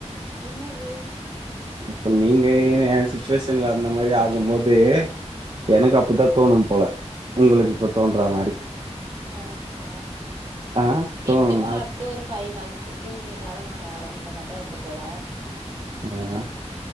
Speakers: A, on the right; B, on the right.
A: என்னது
B: இப்ப நீங்க ஏ சுச்சுவேஷன்ல அந்த மாதிரி ஆகூ போது எனக்கு
A: ம்
B: அப்பிட்தா தோணூ போல உங்களுக்கு இப்ப தோன்றா மாரி
A: ஆ ஆ
B: ஆ தோணும்ல
A: எப்டியூ அடுத் ஒரு ஃபைவ் மந்த்ஸ்க் த்து நீ யாரோ நா யாரோன்ற மாரி தா இருக்க போறோ
B: சென்னான